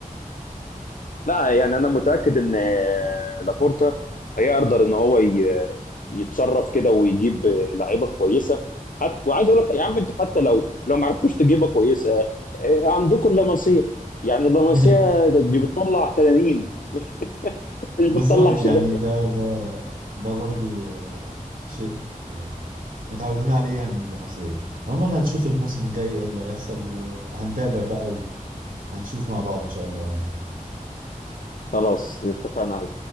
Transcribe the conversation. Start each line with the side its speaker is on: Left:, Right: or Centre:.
Left: لا يعني انا متاكد ان آه، لابورتا هيقدر ان هو ي- يتصرف كده ويجيب آه، لعيبه كويسه حتى وعايز اقول لك يا عم انتوا حتى لو لو ما عرفتوش تجيبها كويسه آه، آه، عندكم اللمسيه يعني اللمسيه
Right: <laughs>
Left: دي بتطلع تنانين مش
Right: بالظبط
Left: مش بتطلع شباب
Right: يعني
Left: يعني
Right: ده ده ده برضو آه، شيء آه، متعودين عليه يعني من اللمسية عموما هنشوف الموسم الجاي ايه اللي هيحصل وهنتابع بقى وهنشوف مع بعض ان شاء الله يعني
Left: خلاص اتفقنا